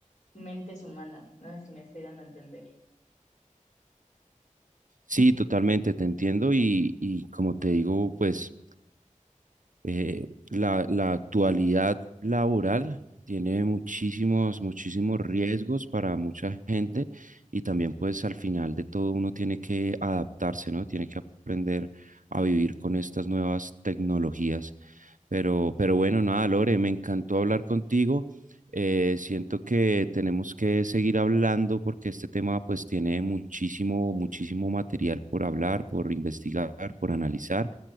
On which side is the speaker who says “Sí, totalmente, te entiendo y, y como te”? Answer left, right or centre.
Right